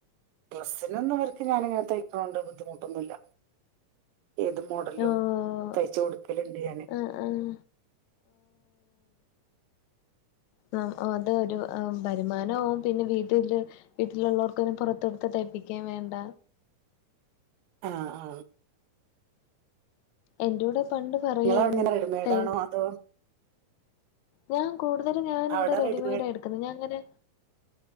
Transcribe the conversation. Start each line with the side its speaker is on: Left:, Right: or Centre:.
Right: ഡ്രസ്സിനൊന്നും ഇർക്ക് ഞാനിങ്ങനെ തയ്ക്കണണ്ട് ബുദ്ധിമുട്ടൊന്നുമില്ല ഏത് മോഡലും
Left: ഓഹ്
Right: തയ്ച്ച കൊടുക്കലുണ്ട് ഞാന്
Left: ആഹ് ആഹ് ന അത് ഒരുർ വരുമാനമാവും പിന്നെ വീട്ടില് വീട്ടിലുള്ളവർക്ക് പുറത്ത്ടുത്ത് തയ്പ്പിക്കാൻ വേണ്ട
Right: ആഹ് ആ
Left: എൻന്റെറ കൂടെ പണ്ട് പറയായിരുന്നു
Right: നിങ്ങളവിടെങ്ങനെ റെഡിമെയ്ഡാണോ
Left: തൈ
Right: അതോ
Left: ഞാൻ കൂടുതലും ഞാൻ
Right: അവിടെ
Left: ഇവിടെ റെഡിമെയ്ഡ
Right: റെഡിമെയ്ഡ്
Left: എടുക്കുന്നത് ഞാൻ അങ്ങനെ